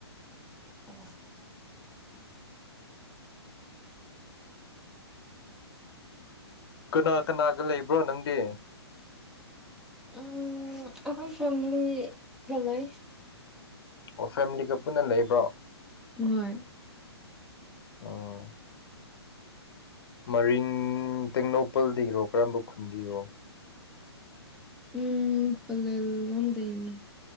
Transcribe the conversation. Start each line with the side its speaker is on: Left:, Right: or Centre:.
Centre: ꯎ
Left: ꯀꯅꯥ ꯀꯅꯥꯒ ꯂꯩꯕ꯭ꯔꯣ ꯅꯪꯗꯤ
Centre: ꯎꯝ ꯑꯩꯈꯣꯏ ꯐꯦꯃꯤꯂꯤꯒ ꯂꯩ
Left: ꯑꯣ ꯐꯦꯃꯤꯂꯤꯒ ꯄꯨꯟꯅ ꯂꯩꯕ꯭ꯔꯣ
Centre: ꯍꯣꯏ
Left: ꯎꯝ ꯃꯔꯤꯡ ꯇꯦꯡꯅꯧꯄꯜꯗꯒꯤ ꯔꯣ ꯀꯔꯝꯕ ꯈꯨꯟꯗꯒꯤꯔꯣ
Centre: ꯎꯝ ꯄꯜꯂꯦꯜ ꯂꯣꯝꯗꯅꯤ